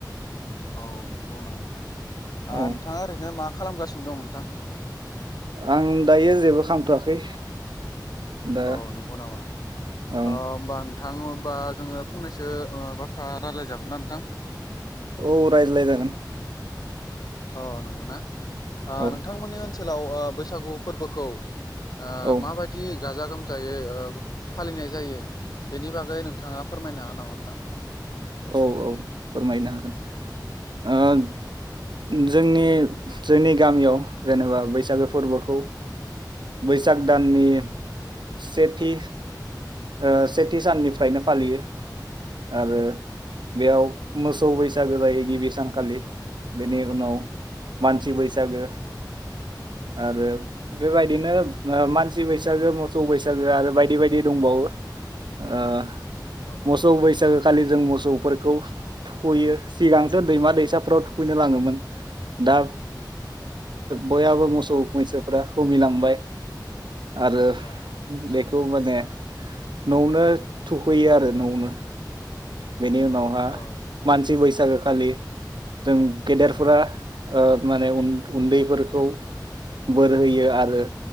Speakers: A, on the left; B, on the right.
A: औ नंगौ नामा नोंथां? ओ
B: औ
A: नोंथाङा ओरैनो मा खालामगासिनो दं नोंथां?
B: आं दायो जेबो खालामथ'वाखै दा
A: औ नंगौ नामा
B: औ
A: अ बा थां होमबा जोङो फंनैसो ओ बाथ्रा रायज्लाय जागौमोनना नोंथां?
B: औ रायज्लाय जागोन।
A: अ नंगौना? ओ
B: औ
A: नोंथांमोननि ओन सोलाव ओ बैसागु फोरबोखौ ओ
B: औ
A: माबायदि जा गोमजायै ओ फालिनाय जायो बेनि बागै नोंथाङा फोरमायनो हागोन नामा नोंथां?
B: औ औ फोरमायनो हागोन ओ जोंनि जोंनि गामियाव जेनोबा बैसागो फोरबोखौ बैसाग दाननि सेथि ओ सेथि साननिफ्रायनो फालियो आरो बेयाव मोसौ बैसागो जायो गिबि सानखालि बेनि उनाव मानसि बैसागो
A: औ
B: आरो बेबायदिनो मानसि बैसागो मोसौ बैसागो आरो बायदि बायदि दंबावो ओ
A: औ
B: मोसौ बैसागो खालि जों मोसौ सौफोरखौ थुखैयो सिगांथ' दैमा दैसाफ्राव थुखैनो लाङोमोन दा बयहाबो मोसौ मैसोफ खमिलांबाय आरो
A: औ
B: बेखौ माने न'आवनो थुखैयो आरो न'आवनो बेनि उनावहा
A: औ
B: मानसि बैसागो खालि जों गेदेरफोरा ओ माने उन उन्दैफोरखौ बोर होयो आरो